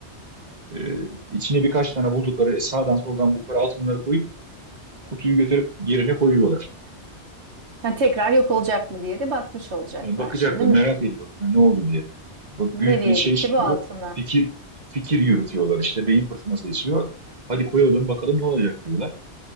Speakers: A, on the right; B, on the right.
A: E, içine birkaç tane buldukları, e, sağdan soldan buldukları altınları koyup kutuyu götürüp yerine koyuyorlar.
B: Ha, tekrar yok olacak mı diye de bakmış olacaklar.
A: Yani bakacaklar,
B: Şimdi
A: merak
B: N-
A: ediyorlar. Yani ne oldu diye. Bu
B: nereye
A: Büyük bir şey
B: gitti
A: çıkıyor.
B: bu altınlar?
A: Fikir fikir yürütüyorlar işte. Beyin fırtınası esiyor. Hadi koyalım bakalım ne olacak diyorlar.